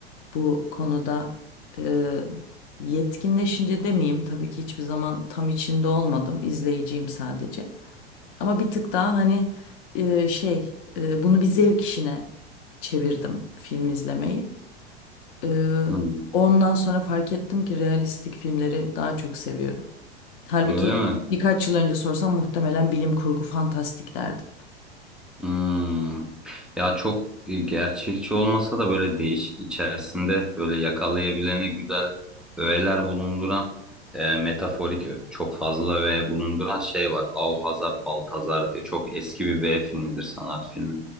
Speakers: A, on the left (about 55°); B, in the centre.
A: bu konuda e, yetkinleşince demeyeyim tabii ki hiçbir zaman tam içinde olmadım izleyiciyim sadece. Ama bir tık daha hani e, şey e, bunu bir zevk işine çevirdim film izlemeyi. E,
B: hmm.
A: ondan sonra fark ettim ki realistik filmleri daha çok seviyorum. Halbuki
B: Öyle mi?
A: birkaç yıl önce sorsam muhtemelen bilim kurgu fantastik derdim.
B: Hmm. Ya çok e, gerçekçi olmasa da böyle değişik içerisinde böyle yakalayabilene güzel öğeler bulunduran e, metaforik ö- çok fazla öğe bulunduran şey var. Auhazar Baltazar diye çok eski bir B filmidir sanat filmi.